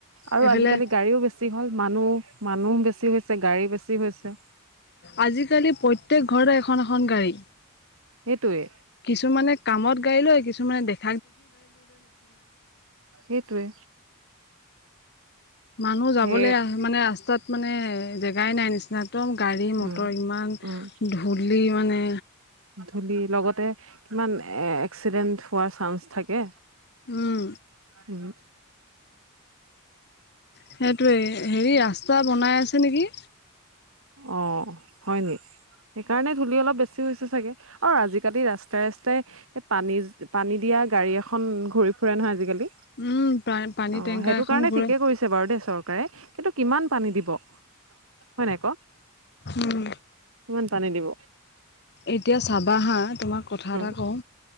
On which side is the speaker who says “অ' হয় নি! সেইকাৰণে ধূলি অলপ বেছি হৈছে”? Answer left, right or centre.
Right